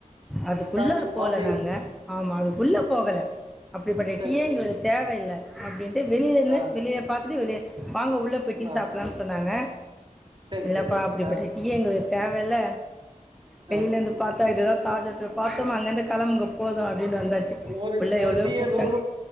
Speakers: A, in the centre; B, on the right.
A: அதுக்குள்ளாற
B: தாஜ்
A: போல
B: பாம்பேல.
A: நாங்க ஆமா அதுக்குள்ள போகல அப்டிப்பட்ட
B: சரி,
A: டீயே
B: சரி.
A: எங்களுக்கு தேவயில்ல அப்டின்ட்டு வெளில இல்ல
B: ஆ,
A: வெளிய பாத்துட்டு வெளிய வாங்க உள்ளே போய் டீ
B: ஆ.
A: சாப்பல்லான்னு சொன்னாங்க
B: சரி,
A: இல்லப்பா
B: சரி.
A: அப்படிப்பட்ட
B: ஆ,
A: டீயே எங்களுக் தேவல்ல வெளிலருந்து
B: ஆ.
A: பாத்தா இதுதா தாஜ் ஹோட்டல் பாத்தோமா அங்கெருந்து கெளம்புங்க போது அப்டின்னு வந்தாச்சு
B: ஒரு
A: உள்ள
B: ஒரு
A: எவ்ளோவோ
B: டீய
A: கூப்ட்டாங்க
B: ரூ.